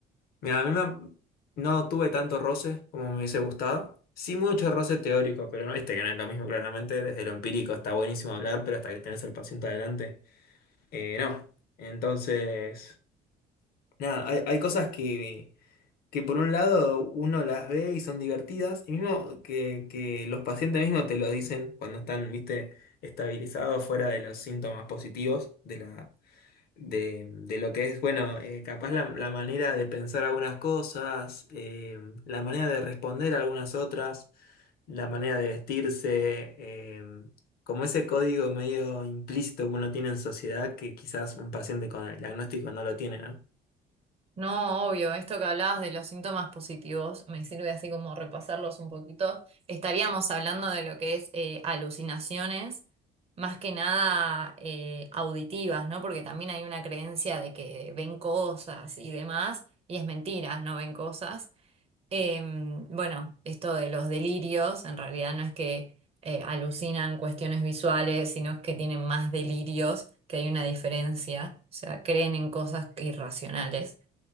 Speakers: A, on the left; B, on the right.
A: mira, a mí me- no tuve tanto roce como me hubiese gustado. Sí, mucho roce teórico, pero no, viste que no es lo mismo, claramente. Desde lo empírico está buenísimo hablar, pero hasta que tenés al paciente adelante. Eh, no. Entonces, Nada, hay, hay cosas que, que por un lado uno las ve y son divertidas, y mismo que, que los pacientes mismos te lo dicen cuando están, viste, estabilizados fuera de los síntomas positivos de la, de, de lo que es, bueno, eh, capaz la, la manera de pensar algunas cosas, eh, la manera de responder a algunas otras, la manera de vestirse, eh, como ese código medio implícito que uno tiene en sociedad que quizás un paciente con el diagnóstico no lo tiene, ¿no?
B: No, obvio, esto que hablabas de los síntomas positivos me sirve así como repasarlos un poquito. Estaríamos hablando de lo que es eh, alucinaciones, más que nada eh, auditivas, ¿no? Porque también hay una creencia de que ven cosas y demás, y es mentira, no ven cosas. Em, bueno, esto de los delirios, en realidad no es que eh, alucinan cuestiones visuales, sino es que tienen más delirios, que hay una diferencia, o sea, creen en cosas irracionales.